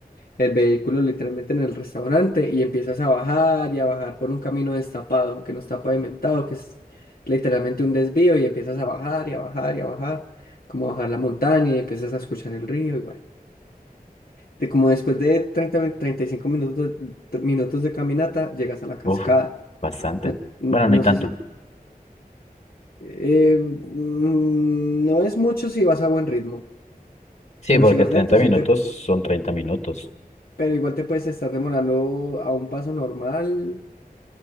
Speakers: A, on the left; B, on the left.
A: el vehículo literalmente en el restaurante y empiezas a bajar y a bajar por un camino destapado que no está pavimentado, que es literalmente un desvío y empiezas a bajar y a bajar y a bajar, como bajar la montaña y empiezas a escuchar el río y bueno. De como después de treinta ve- 35 minutos de, minutos de caminata, llegas a la cascada.
B: Uf, bastante.
A: No,
B: Bueno,
A: no
B: ni tanto.
A: sé si... eh, mm, no es mucho si vas a buen ritmo,
B: Sí,
A: pero
B: porque
A: si vas
B: 30
A: lento, sí
B: minutos
A: te...
B: son 30 minutos.
A: Pero igual te puedes estar demorando a un paso normal,